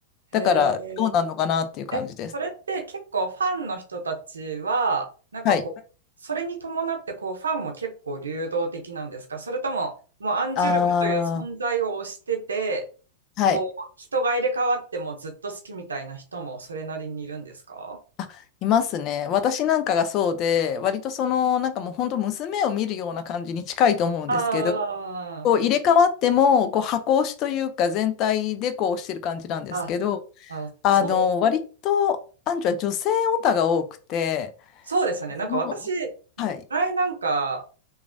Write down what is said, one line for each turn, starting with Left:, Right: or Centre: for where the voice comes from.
Left: だからどうなるのかなっていう感じです。
Right: へえ。え、それって結構ファンの人たちは、なんかこう、
Left: はい。
Right: それに伴ってこうファンも結構流動的なんですかそれとも、もうアンジュルムという存在を推してて、
Left: ああ、はい。
Right: こう、人が入れ替わってもずっと好きみたいな人もそれなりにいるんですか
Left: あ、いますね。私なんかがそうで、割とその、なんかもう本当娘を見るような感じに近いと思うんですけど、
Right: あ
Left: こう入れ替わっても、こう箱押しというか全体でこうしてる感じなんですけど、
Right: あ、あ、あ、
Left: あの、
Right: そう、
Left: 割と、アンジュは女性オタが多くて、
Right: そうですね。なんか私、
Left: その、はい。
Right: 前なんか